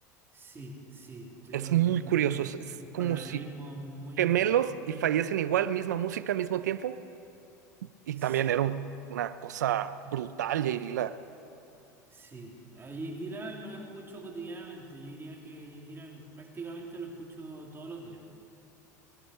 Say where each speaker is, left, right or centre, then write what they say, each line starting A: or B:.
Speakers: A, on the right; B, on the right.
A: Sí, sí, tuvieron,
B: Es muy
A: tuvieron
B: curioso, es, es
A: un
B: como
A: paralelismo
B: si
A: muy
B: gemelos
A: extraño.
B: y fallecen igual, misma música, mismo tiempo. Y
A: Sí,
B: también era un- una cosa brutal, J. Dilla.
A: sí. A J Dylan lo escucho cotidianamente. Yo diría que J Dylan prácticamente lo escucho todos los días.